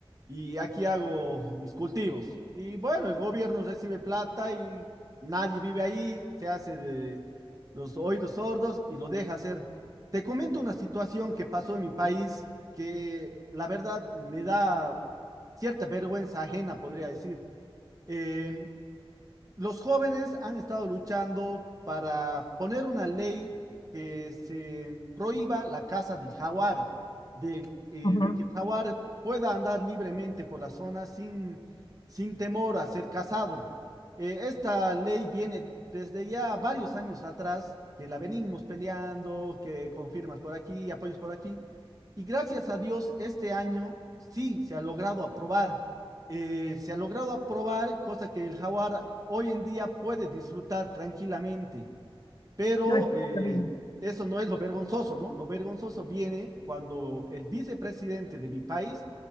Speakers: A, on the right; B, on the left.
A: y aquí hago mis cultivos. Y bueno, el gobierno recibe plata y nadie vive ahí, se hace de los oídos sordos y lo deja hacer. Te comento una situación que pasó en mi país que la verdad me da cierta vergüenza ajena, podría decir. Em, los jóvenes han estado luchando para poner una ley que se prohíba la caza del jaguar, del, eh,
B: Ujú.
A: de que el jaguar pueda andar libremente por la zona sin, sin temor a ser cazado. Eh, esta ley viene desde ya varios años atrás, que la venimos peleando, que con firmas por aquí, apoyos por aquí, y gracias a Dios este año sí se ha logrado aprobar eh, se ha logrado aprobar, cosa que el jaguar hoy en día puede disfrutar tranquilamente, pero
B: Ay,
A: eh,
B: qué horrible.
A: eso no es lo vergonzoso, ¿no? Lo vergonzoso viene cuando el vicepresidente de mi país